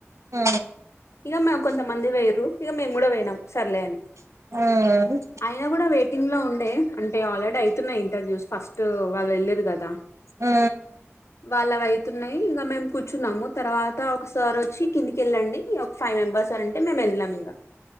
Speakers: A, on the right (about 80°); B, on the left (about 65°).
A: ఉ
B: ఇక మేము కొంతమంది పోయిరు ఇక మేము కూడా పోయినాం సర్లే అని
A: హ్మ్
B: అయినా కూడా వెయిటింగ్ లో ఉండే అంటే ఆల్రెడీ అయితున్నాయి ఇంటర్వ్యూస్ ఫస్ట్ వాళ్ళు వెళ్ళిరు కదా
A: ఉ
B: వాళ్ళ అవయితున్నాయి ఇంకా మేము కూర్చున్నాము తర్వాత ఒక సార్ వచ్చి కిందికిళ్ళండి ఒక ఫైవ్ మెంబర్స్ అనంటే మేం వెళ్ళాం ఇంకా